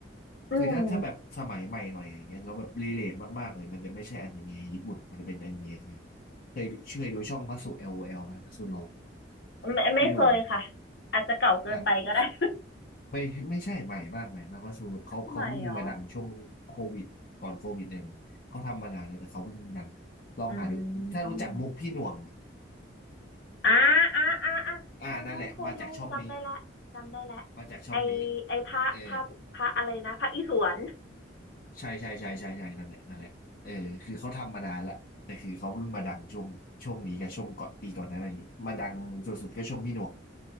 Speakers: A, on the left; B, on the left.
A: อืม
B: คือถ้าถ้าแบบสมัยใหม่หน่อยอย่างเงี้ยเราแบบรีเลทมากๆเลยมันจะไม่ใช่อนิเมะญี่ปุ่นมันจะเป็นอนิเมะไทยเคยเคยดูช่องพัสุ LOL ไหมพัสุโล
A: ไม่ไม่เคยค่ะ
B: พี่หน่วง
A: อาจจะเก่าเกินไปก็ได้
B: อ่ะ
A: <laughs>
B: ไม่ไม่ใช่ใหม่มากใหม่มากว่าสูเขาเขาเพิ่งมาดังช่วงโควิดก่อนโควิดเนี่ยเลยเขาทำมานานแล้วแต่เขาเพิ่งดัง
A: ใหม่เหรอ
B: ลองหาดูถ้ารู้จักมุกพี่หน่วงอะ
A: อืมอ่าอ่าอ่าอ่าเคยดูเคยดูจำได้ละจำได้ละ
B: อ่านั่นแหละมาจากช่องนี้มาจากช่องนี้
A: ไอไอพระพระพระอะไรนะพระอิศวร
B: เออใช่ใช่ใช่ใช่ใช่นั่นแหละนั่นแหละเออคือเขาทำมานานแล้วแต่คือเขาเพิ่งมาดังช่วงช่วงนี้กับช่วงก่อนปีก่อนหนั้นอะไรอย่างงีกมาดังสุดๆก็ช่วงพี่หน่วง